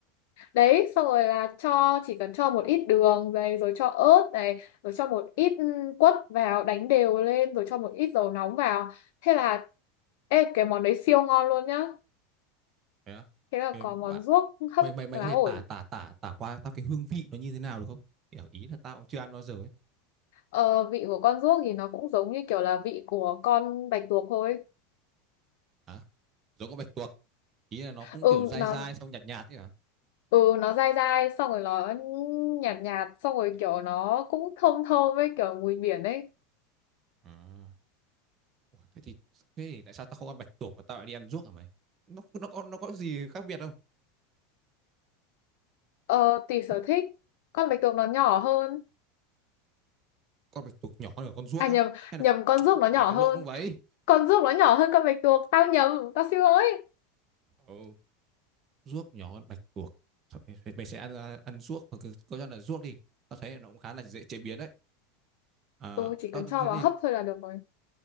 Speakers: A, on the left (about 60°); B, on the right (about 35°).
A: đấy xong rồi là cho chỉ cần cho một ít đường này rồi cho ớt này rồi cho một ít ừ, quất vào đánh đều lên rồi cho một ít dầu nóng vào thế là ê cái món đấy siêu ngon luôn nhá
B: Thế á?
A: Thế là
B: Thế
A: có
B: bạn
A: món ruốc hấp
B: mày mày mày
A: lá
B: có thể
A: ổi.
B: tả tả tả tả qua tao cái hương vị nó như thế nào được không kiểu ý là tao cũng chưa ăn bao giờ ấy
A: Ờ, vị của con ruốc thì nó cũng giống như kiểu là vị của con bạch tuộc thôi.
B: hả giống con bạch tuộc ý là nó cũng
A: Ừ
B: kiểu dai
A: nó
B: dai xong nhạt nhạt ấy hả
A: ừ nó dai dai xong rồi nó nhạt nhạt xong rồi kiểu nó cũng thơm thơm với kiểu mùi biển ấy.
B: À. Ủa, thế thì thế thì tại sao tao không ăn bạch tuộc mà tao lại đi ăn ruốc hả mày? Nó nó có nó có gì khác biệt không?
A: Ờ tùy sở
B: Hử?
A: thích. Con bạch tuộc nó nhỏ hơn.
B: Con bạch tuộc nhỏ hơn cả con ruốc
A: À
B: á?
A: nhầm,
B: Hay là
A: nhầm con ruốc
B: mày
A: nó nhỏ
B: có
A: hơn.
B: lộn không vậy?
A: Con ruốc nó nhỏ hơn con bạch tuộc. Tao nhầm, tao xin lỗi.
B: Ồ, Ruốc nhỏ hơn bạch tuộc. Thôi, Mày, mày sẽ ăn ăn ruốc hoặc cứ cứ cho là ruốc đi. Tao thấy nó cũng khá là dễ chế biến đấy. À,
A: Ừ chỉ
B: tao
A: cần
B: thấy
A: cho vào
B: thì
A: hấp thôi là được rồi.